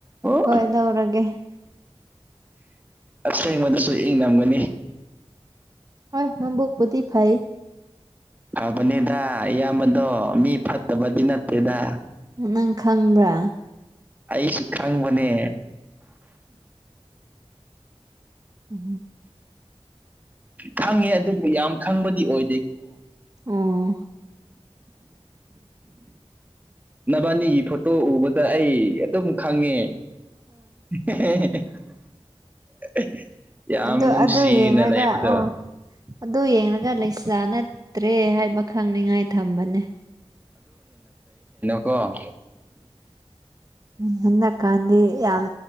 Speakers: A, on the right; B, on the right.
A: ꯑꯣ
B: ꯍꯣꯏ ꯂꯧꯔꯒꯦ
A: ꯑꯁꯦꯡꯕꯗꯁꯨ ꯏꯪ ꯅꯝꯒꯅꯤ
B: ꯍ ꯃꯝꯕꯨꯣꯛ ꯄꯗꯤꯞ ꯍꯥꯏꯥꯏ
A: ꯐꯕꯅꯦꯗ ꯏꯌꯥꯝꯕꯗꯣ ꯃꯤ ꯐꯠꯇꯕꯗꯤ ꯅꯠꯇꯦꯗ
B: ꯅꯪ ꯈꯪꯕ꯭ꯔꯥ
A: ꯑꯩꯁꯨ ꯈꯪꯕꯅꯦ
B: ꯎꯝ
A: ꯈꯪꯉꯦ ꯑꯗꯨꯕꯨ ꯌꯥꯝ ꯈꯪꯕꯗꯤ ꯑꯣꯏꯦ
B: ꯑꯥ
A: ꯅꯕꯥꯅꯤꯒꯤ ꯐꯣꯇꯣ ꯎꯕꯗ ꯑꯩ ꯑꯗꯨꯝ ꯈꯪꯉꯦ <inaudible>
B: ꯑꯗꯨ
A: ꯅꯨꯡꯁꯤꯅ
B: ꯑꯗꯨ ꯌꯦꯡꯒ
A: ꯂꯩꯕꯗꯣ
B: ꯑꯣ ꯑꯗꯨꯡꯒ ꯂꯩꯁꯥ ꯅꯠꯇ꯭ꯔꯦ ꯍꯥꯏꯕ ꯈꯪꯅꯤꯉꯥꯏ ꯊꯝꯕꯅꯦ
A: ꯕ꯭ꯔꫭ
B: ꯎꯝ ꯍꯟꯗꯛꯀꯥꯟꯗꯤ ꯌꯥꯝ